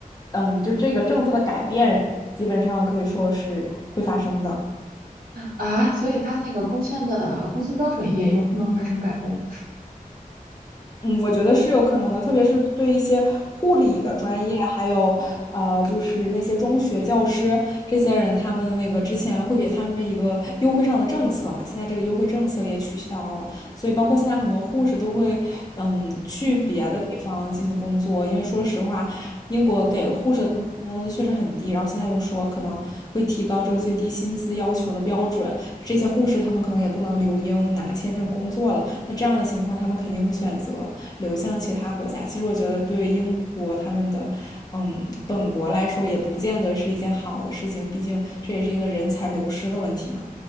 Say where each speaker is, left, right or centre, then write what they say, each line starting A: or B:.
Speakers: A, on the left; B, on the right.
A: 嗯，就这个政策的改变，基本上可以说是会发生的。
B: 啊，所以它那个工签的工资标准也有可能发生改动，是吧
A: 嗯，我觉得是有可能的，特别是对一些护理的专业，
B: 嗯
A: 还有呃，就是那些中学教师这些人，他们的那个之前会给他们一个优惠上的政策嘛，现在这个优惠政策也取消了，所以包括现在很多护士都会嗯去别的地方进行工作，
B: 嗯
A: 因为说实话，英国给护士的工资确实很低，然后现在又说可能会提高这个最低薪资要求的标准，这些护士他们可能也不能留英拿签证工作了，那这样的情况他们肯定会选择。流向其他国家。其实我觉得，对英国他们的，嗯，本国来说，也不见得是一件好的事情。毕竟这也是一个人才流失的问题嘛。